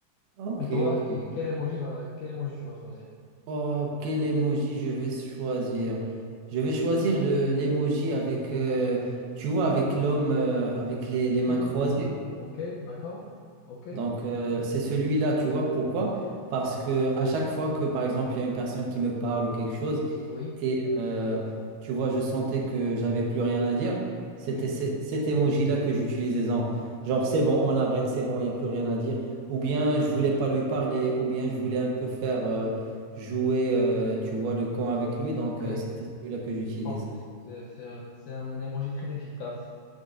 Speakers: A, on the right; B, on the left.
A: hein. Ok,
B: Et toi,
A: ok.
B: qui- quel emoji va, quel emoji tu vas choisir?
A: Oh, quel emoji je vais choisir? Je vais choisir le l'emoji avec, euh, tu vois, avec l'homme euh, avec les,
B: Ok,
A: les mains croisées.
B: ok, d'accord, ok,
A: Donc, euh, c'est celui-là, tu vois, pourquoi? Parce que à chaque fois que, par exemple, il y a une personne qui me parle ou quelque chose,
B: oui,
A: et euh, tu vois, je sentais que j'avais plus rien à dire. C'était
B: oui,
A: ce- cet emoji-là que j'utilisais. en- Genre, c'est bon, on arrête, c'est bon, il n'y a plus rien à dire. Ou bien je voulais pas lui parler, ou bien je voulais un peu faire euh, jouer, euh, tu vois, le con avec lui. Donc,
B: ok.
A: euh, c'était celui-là que j'utilise.
B: Parfait. C'est c'est un, c'est un emoji très efficace.